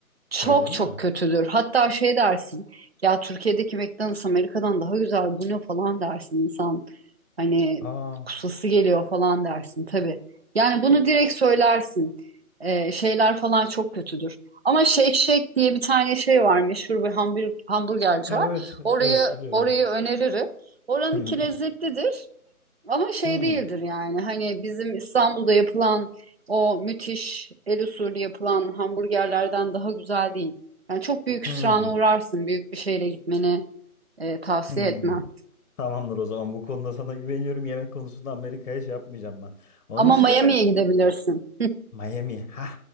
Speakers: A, on the right; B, on the left.
A: Çok
B: Öyle mi?
A: çok kötüdür. Hatta şey dersin ya Türkiye'deki McDonald's Amerika'dan daha güzel bu ne falan dersin insan. Hani
B: Aa,
A: kusası geliyor falan dersin tabii. Yani bunu direkt söylersin. Ee, şeyler falan çok kötüdür. Ama Shake Shack diye bir tane şey var. Meşhur bir hamburg hamburgerci
B: Ha,
A: var.
B: evet,
A: Orayı,
B: evet biliyorum.
A: orayı öneririm. Oranınki
B: Hı hı.
A: lezzetlidir. Ama şey
B: Hmm.
A: değildir yani. Hani bizim İstanbul'da yapılan o müthiş el usulü yapılan hamburgerlerden daha güzel değil. Yani çok büyük
B: Hmm.
A: hüsrana uğrarsın. Büyük bir şeyle gitmeni e, tavsiye
B: Hmm.
A: etmem.
B: Tamamdır o zaman bu konuda sana güveniyorum. Yemek konusunda Amerika'ya şey yapmayacağım ben. Onun
A: Ama
B: dışında
A: Miami'ye
B: sen
A: gidebilirsin.
B: Miami. Ha.